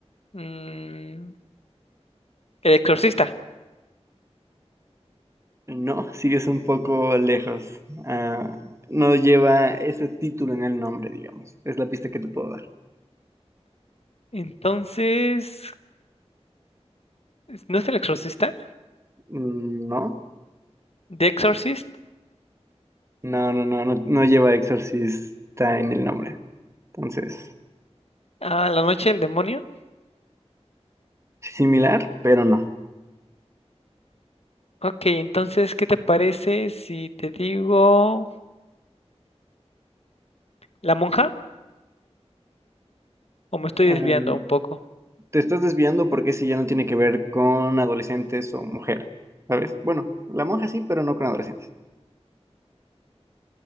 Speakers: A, on the left; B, on the right.
A: Mm, el exorcista.
B: No, sigues un poco lejos. Ah, no lleva ese título en el nombre, digamos. Es la pista que te puedo dar.
A: Entonces, ¿no es el exorcista?
B: Mm, No,
A: ¿The Exorcist?
B: no, no, no, no, no lleva exorcista en el nombre. Entonces,
A: Ah, la noche del demonio.
B: similar, pero no.
A: Ok, entonces, ¿qué te parece si te digo la monja? ¿O me estoy
B: Em,
A: desviando un poco?
B: te estás desviando porque ese ya no tiene que ver con adolescentes o mujeres, ¿sabes? Bueno, la monja sí, pero no con adolescentes.